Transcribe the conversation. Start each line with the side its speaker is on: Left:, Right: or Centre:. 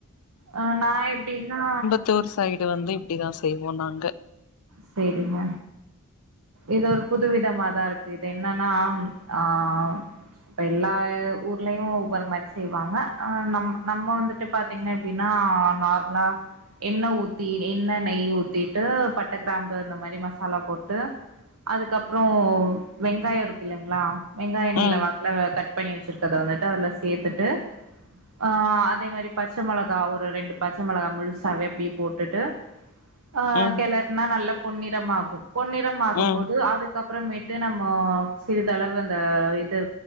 Right: அ நா எப்டின்னா
Left: பித்தூர் சைடு வந்து இப்டிதா செய்வோ நாங்க
Right: சேரிங்க இது ஒரு புதுவிதமாதா இருக்கு இது என்னன்னா ஆ இப்ப எல்லா ஊர்லயு ஒவ்வொரு மாறி செய்வாங்க ஆனா நம் நம்ம வந்து ட்டு பாத்தீங்கன்னா எப்படின்னா நார்மலா எண்ண ஊத்தி எண்ண நெய் ஊத்திட்டு பட் பட்ட கிராம்பு இந்த மாறி மசாலா போட்டு அதுக்கப்புறோ வெங்காயோ இருக்கு இல்லைங்களா வெங்காயோ நீல
Left: ம்
Right: வாக்ல வ கட் பண்ணி வெச்சிருக்கறத வந்துட்டு அதுல சேத்துட்டு ஆ அதே மாரி பச்ச மொளகா ஒரு ரெண்டு பச்ச மொளகா முழுசாவே அப்டியே போட்டுட்டு ஆ
Left: ம்
Right: கெளறுனா நல்ல பொன்னிறம் ஆகு பொன்னிறம் ஆகும்போது
Left: ம்
Right: அதுக்கப் புறமேட்டு நம்மோ சிறிதளவு அந்த இது